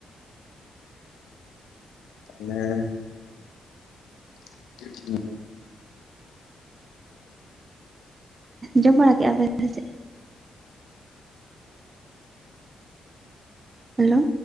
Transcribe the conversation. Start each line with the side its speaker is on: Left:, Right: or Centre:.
Left: ᱟᱞᱮ ᱾ <unintelligible>
Right: ᱡᱚᱢ ᱵᱟᱲᱟ ᱠᱮᱫᱼᱟ ᱯᱮ ᱥᱮ ᱪᱮᱫ ᱾ ᱦᱮᱞᱳ ᱾